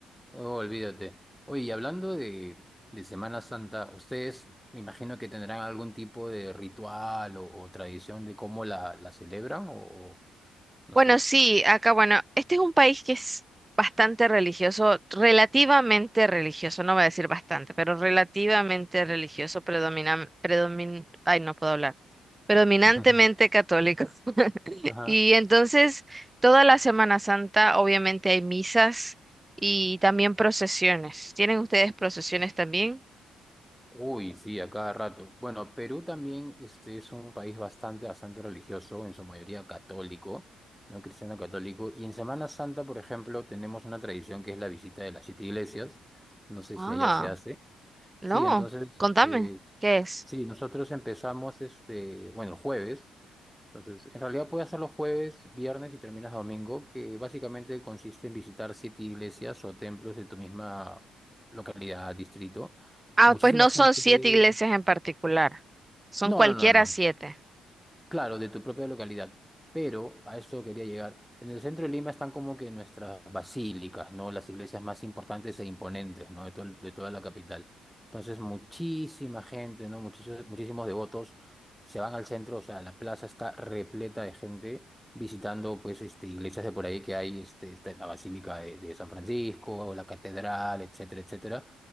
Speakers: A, in the centre; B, on the right.
A: Oh, olvídate. Oye, y hablando de, de Semana Santa, ustedes me imagino que tendrán algún tipo de ritual o, o tradición de cómo la, la celebran o, o no
B: Bueno,
A: sé.
B: sí, acá, bueno, este es un país que es bastante religioso, relativamente religioso, no voy a decir bastante, pero relativamente religioso, predomina, predomin, ay, no puedo hablar, predominantemente
A: <laughs>
B: católico.
A: Ajá.
B: Y entonces, toda la Semana Santa, obviamente hay misas y también procesiones. ¿Tienen ustedes procesiones también?
A: Uy, sí, a cada rato. Bueno, Perú también este, es un país bastante, bastante religioso, en su mayoría católico, no cristiano católico. Y en Semana Santa, por ejemplo, tenemos una tradición que es la visita de las siete iglesias. No sé
B: Ah,
A: si allá se hace.
B: no.
A: Sí, entonces,
B: Contame,
A: eh,
B: ¿qué es?
A: sí, nosotros empezamos, este, bueno, el jueves. Entonces, en realidad puedes hacer los jueves, viernes y terminas domingo, que básicamente consiste en visitar siete iglesias o templos de tu misma localidad, distrito.
B: Ah,
A: Muchísima
B: pues no
A: gente.
B: son siete iglesias en particular, son
A: No,
B: cualquiera
A: no, no, no.
B: siete.
A: Claro, de tu propia localidad. Pero a eso quería llegar. En el centro de Lima están como que nuestras basílicas, ¿no? Las iglesias más importantes e imponentes, ¿no? De, todo el- de toda la capital. Entonces, muchísima gente, ¿no? Muchísimos, muchísimos devotos se van al centro, o sea, la plaza está repleta de gente visitando, pues, este, iglesias de por ahí que hay, este, está la Basílica de, de San Francisco, la Catedral, etcétera, etcétera.